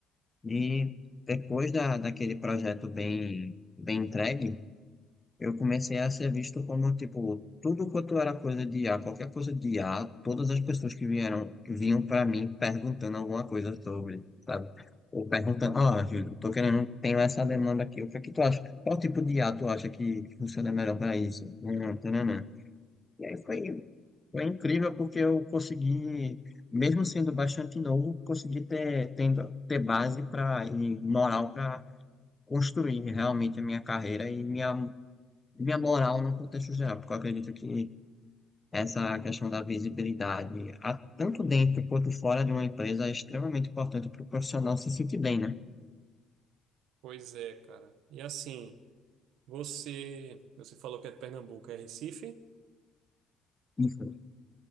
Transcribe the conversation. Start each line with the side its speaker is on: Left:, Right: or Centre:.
Left: e depois da, daquele projeto bem, bem entregue. Eu comecei a ser visto como, tipo, tudo quanto era coisa de I a qualquer coisa de I a todas as pessoas que vieram, que vinham para mim perguntando alguma coisa sobre, sabe? Ou perguntando, ah, Júlio, tô querendo, tenho essa demanda aqui, o que é que tu acha? Qual tipo de I a tu acha que funciona melhor para isso? Hum, tananã. E aí foi, foi incrível porque eu consegui, mesmo sendo bastante novo, consegui ter, tendo, ter base pra, e moral para construir realmente a minha carreira e minha minha moral no contexto geral, porque eu acredito que essa questão da visibilidade, a- tanto dentro quanto fora de uma empresa, é extremamente importante para o profissional se sentir bem, né?
Right: Pois é, cara. E assim, você, você falou que é de Pernambuco, é Recife?
Left: Isso.